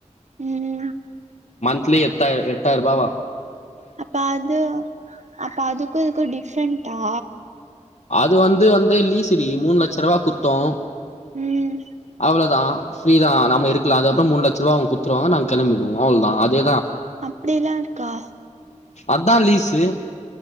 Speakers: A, on the right; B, on the left.
A: ம்
B: மந்த்திலி எட்டாயிரோ எட்டாயிர ரூபாவா
A: அப்ப அது அப்ப அதுக்கு இதுக்கு டிஃப்ரெண்ட்டா
B: அது வந்து வந்து லீசுடி மூணு லட்ச்ச ரூபாய் குத்தோ
A: ம்
B: அவ்ளோன் தா ஃப்ரீ தா நம்ம இருக்கல அப்புறோ மூன் லட்சம்ரூபா குத்துருவாங்க நாங்க கெளம்பிடுவோ அவ்ளோ தா அதே
A: அப்பிடில்லா இருக்கா
B: அதா லீஸு